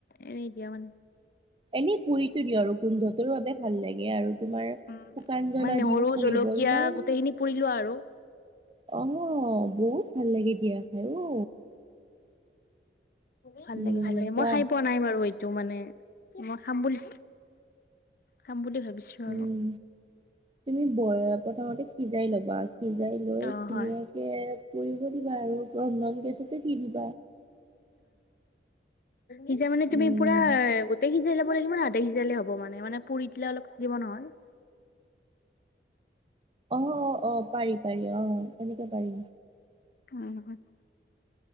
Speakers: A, on the left (about 50°); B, on the right (about 30°).
A: এনেই দিয়া মানে
B: এনেই পুৰিটো দি আৰু গোন্ধত বাবে ভাল লাগে আৰু তোমাৰ শুকান
A: উম
B: জ্বলা
A: মানে নহৰু
B: দিও পুৰিব
A: জলকীয়া
B: ইমান
A: গোটেইখিনি পুৰি লোৱা আৰু
B: আহ বহুত ভাল লাগে দিয়া খাই অ
A: ভাল
B: উম,
A: লাগে ভাল লাগে
B: কোৱা
A: মই খাই পোৱা নাই বাৰু এইটো মানে মই খাম বুলি, খাম বুলি ভাবিছো
B: উম।
A: আৰু।
B: তুমি ব প্ৰথমতে সিজাই ল'বা সিজাই লৈ
A: অ
B: ধুনীয়াকে
A: হয়
B: পুৰিব দিবা আৰু ৰন্দন গেছতে কি দি <unintelligible>
A: সিজা মানে তুমি
B: উম,
A: পুৰা গোতেই সিজা লিব লাগিব নে আধা সিজালে হ'ব মানে, মানে পুৰি দিলে অলপ সিজিব নহয়? <inaudible>
B: অ অ অ পাৰি পাৰি অ তেনেকে পাৰি।
A: উম <inaudible>